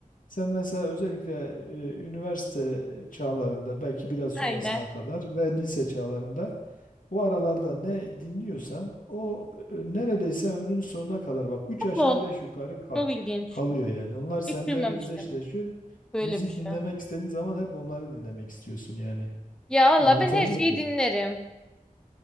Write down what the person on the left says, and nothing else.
Sen mesela özellikle e, üniversite çağlarında belki biraz sonrasına
kadar ve lise çağlarında o aralarda ne dinliyorsan o e, neredeyse ömrünün sonuna kadar bak üç
aşağı
5 yukarı kal
kalıyor yani. Onlar sende
özdeşleşiyor.
Müzik
dinlemek istediğin zaman hep onları dinlemek istiyorsun yani.
Anlatabiliyor
muyum?